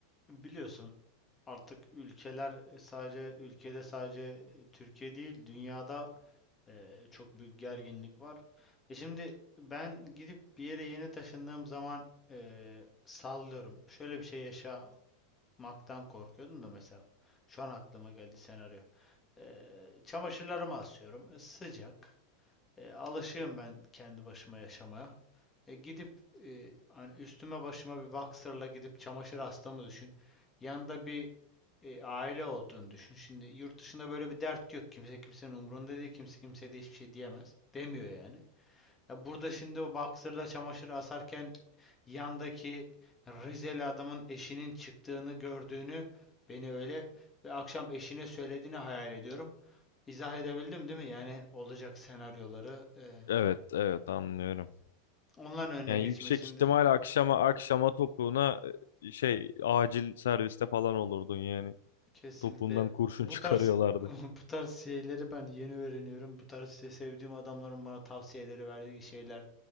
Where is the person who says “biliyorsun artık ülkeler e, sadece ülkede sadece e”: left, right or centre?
Left